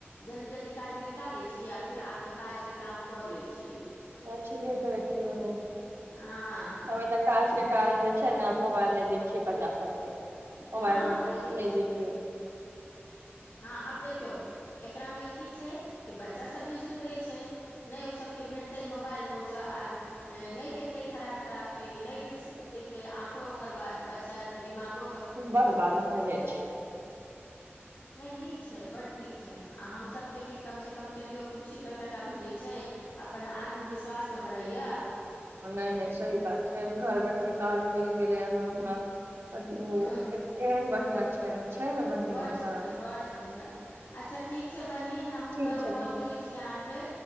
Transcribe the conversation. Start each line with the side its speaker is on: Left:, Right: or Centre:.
Left: जल्दी जल्दी काज निपटा लै छी आ फेर आके काज के काम कर लै छिय
Right: अ ठीके कर छी बही
Left: हँ
Right: हमे तऽ काज के कारण जे छै ने मोबाईल नहि दै छियै बच्चा सबक मोबाइल
Left: हँ हमहुँ दै
Right: नहि
Left: छियै
Right: दीजि
Left: हँ आब देखियौ एकरा मे की छै कि बच्चा सब भी सुधरे छ नहि ओसभके भेटतै मोबाइल तऽ ओसभ आ म नहि देखतै खराब खराब चीज नहि रील्स सब देखतै आँखो ओकर ब बचत दिमाग
Right: बर्बाद भए जाइ छ
Left: नय नीक छै बड नीक छै आ हमसभके भी कमसँ कम चलियौ किछू त टका भेटैत छ अपन आत्मविश्वास तऽ बढ़ै
Right: नहि नहि सही बात छै घर बैठेमे काज मिल गेलै हाँ हमर अ
Left: ह
Right: केहन बढ़िया छै छै ने बढ़िआँ
Left: बड सुन्दर
Right: तऽ
Left: बड सुन्दर अच्छ ठीक छै बहिन हमहूँ
Right: ठीक
Left: क
Right: छै
Left: कॉल
Right: बहिन
Left: करैत छी अहाँके